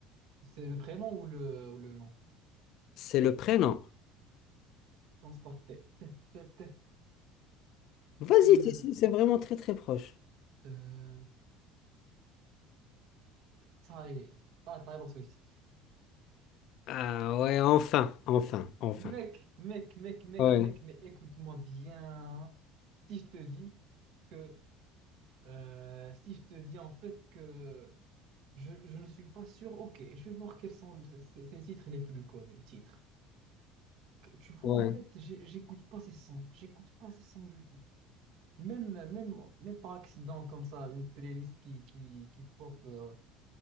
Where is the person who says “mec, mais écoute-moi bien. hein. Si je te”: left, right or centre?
Right